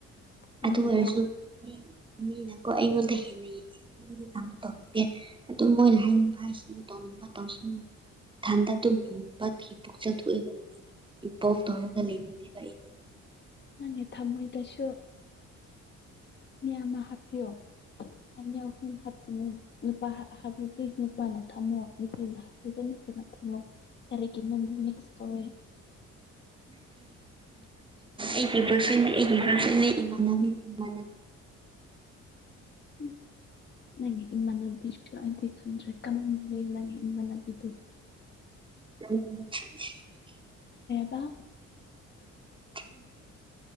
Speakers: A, on the left; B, on the right.
A: ꯅꯪꯒꯤ
B: ꯑꯗꯨ ꯑꯣꯏꯔꯁꯨ ꯃꯤ ꯃꯤꯅꯀꯣ ꯑꯩꯉꯣꯟꯗ ꯍꯦꯟꯅꯩ ꯑꯗꯨꯝ ꯃꯣꯏꯅ ꯍꯥꯏꯅꯤꯡꯕ ꯍꯥꯏꯖꯅꯨ ꯇꯧꯅꯤꯡꯕ ꯇꯧꯖꯅꯨ ꯏꯊꯟꯗ ꯗꯄꯝ ꯍꯤꯡꯕ <unintelligible> ꯏꯄꯣꯞ ꯇꯧꯔꯒ ꯂꯩꯅꯤꯡꯗꯦꯕ ꯑꯩꯗꯤ
A: ꯅꯪꯒꯤ ꯊꯝꯃꯣꯏꯗꯁꯨ ꯃꯤ ꯑꯃ ꯍꯥꯞꯄꯤꯌꯣ ꯑꯅꯤ ꯑꯍꯨꯝ ꯍꯥꯞꯇꯨꯅꯦ ꯅꯨꯄꯥ ꯍ ꯍꯥꯞꯔꯗꯤ ꯅꯨꯄꯥꯅ ꯊꯝꯃꯣ ꯅꯨꯄꯤꯅ ꯍꯥꯞꯄꯤꯕꯅꯤ <unintelligible> ꯀꯔꯤꯒꯤ ꯅꯣ ꯃꯤꯛꯁ ꯇꯧꯑꯦ
B: ꯑꯩꯒꯤ ꯕꯣꯏꯐ꯭ꯔꯦꯟ <unintelligible>
A: <inaudible> ꯅꯪꯒꯤ ꯏꯟꯃꯥꯟꯅꯕꯤꯁꯨ ꯑꯗꯩ ꯈꯪꯗ꯭ꯔꯦ ꯀꯔꯝꯅ ꯂꯩ ꯅꯪꯒꯤ ꯏꯟꯃꯥꯟꯕꯤꯗꯨ
B: <inaudible>
A: <unintelligible>
B: <inaudible>